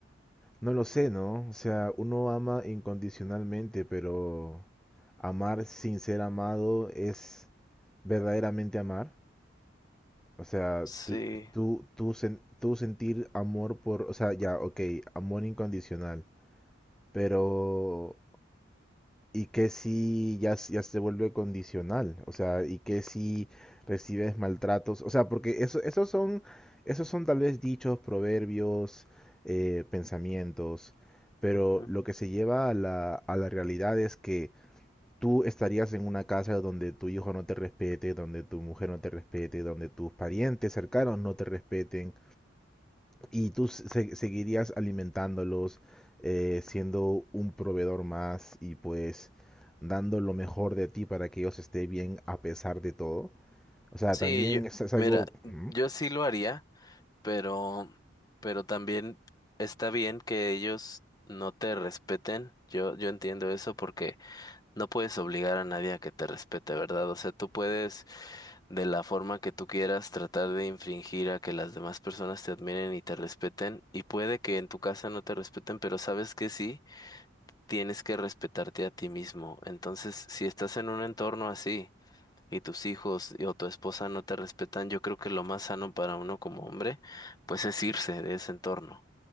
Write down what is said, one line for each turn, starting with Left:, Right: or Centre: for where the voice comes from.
Centre: no lo sé, ¿no? O sea, uno ama incondicionalmente, pero amar sin ser amado es verdaderamente amar. O sea,
Left: Sí.
Centre: tú, tú, tú, sen- tú sentir amor por, o sea, ya, ok, amor incondicional, pero ¿y qué si ya, s- ya se vuelve condicional? O sea, ¿y qué si recibes maltratos? O sea, porque eso, esos son, esos son tal vez dichos, proverbios, eh, pensamientos, pero
Left: ujú.
Centre: lo que se lleva a la, a la realidad es que tú estarías en una casa donde tu hijo no te respete, donde tu mujer no te respete, donde tus parientes cercanos no te respeten y tú se- seguirías alimentándolos, eh, siendo un proveedor más y pues dando lo mejor de ti para que ellos estén bien a pesar de todo. O sea,
Left: Sí,
Centre: también
Left: yo,
Centre: es, es algo...
Left: mira,
Centre: ¿Mm?
Left: yo sí lo haría, pero, pero también está bien que ellos no te respeten. Yo, yo entiendo eso porque No puedes obligar a nadie a que te respete, ¿verdad? O sea, tú puedes, de la forma que tú quieras, tratar de infringir a que las demás personas te admiren y te respeten. Y puede que en tu casa no te respeten, pero sabes que sí, tienes que respetarte a ti mismo. Entonces, si estás en un entorno así y tus hijos y- o tu esposa no te respetan, yo creo que lo más sano para uno como hombre, pues es irse de ese entorno.